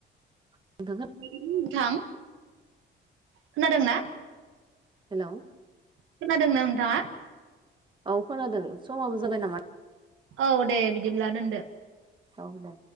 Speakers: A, on the right; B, on the right.
A: <unintelligible>
B: नोंथां खोनादों ना।
A: हेलौ
B: खोनादोंना नोंथांङा।
A: औ खोनादों समाबो जाबाय नामा।
B: औ दे बिदिब्ला दोनदो
A: औ दे